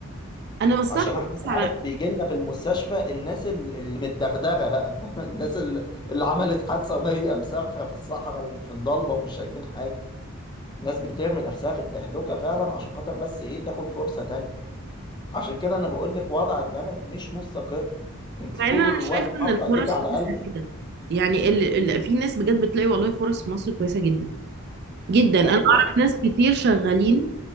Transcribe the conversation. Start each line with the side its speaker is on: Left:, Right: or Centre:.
Right: انا بستغرب
Left: عشان احنا
Right: بس
Left: ساعات
Right: على
Left: بيجي لنا في المستشفى الناس ال- المتدغدغه بقى <laughs> الناس ال- اللي عملت حادثه وهي مسافره في الصحراء وفي الضلمه ومش شايفين حاجه ناس بترمي نفسها في التهلكه فعلا عشان خاطر بس ايه تاخد فرصه تانية عشان كده انا بقول لك وضع البلد مش مستقر انت
Right: مع ان
Left: طول
Right: انا
Left: الوقت
Right: شايفه ان
Left: حاطه
Right: الفرص
Left: ايديك على
Right: كويسه
Left: قلبك
Right: كده يعني ال... ال... في ناس بجد بتلاقي والله فرص في مصر كويسه جدا جدا انا
Left: ايوه
Right: اعرف ناس كتير شغالين